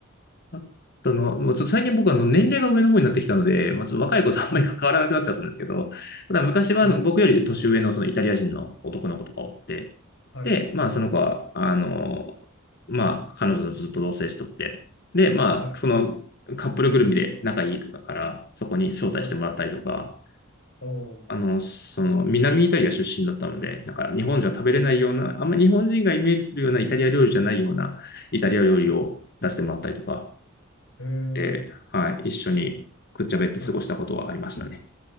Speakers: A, on the left (about 50°); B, on the left (about 65°).
A: あったのは、まあ、ちょっと最近僕はあの年齢が上の方になってきたので、まあ、ちょっと若い子とあんまり関わらなくなっちゃったんですけど、
B: はい、
A: ただ昔はあの僕より年上のそのイタリア人の男の子とかおって、
B: はい、はい、
A: で、まあその子は、あの、まあ彼女とずっと同棲しとって、で、まあそのカップルぐるみで仲いいから、
B: はい、
A: そこに招待してもらったりとか、
B: はい。おー、
A: あの、その、
B: えー、
A: 南イタリア出身だったので、なんか日本じゃ食べれないような、
B: はい、
A: あんまり日本人がイメージするようなイタリア料理じゃないようなイタリア料理を出してもらったりとか、
B: はい、えー、
A: で、はい、一緒にくっちゃべって過ごしたことはありましたね。
B: はい、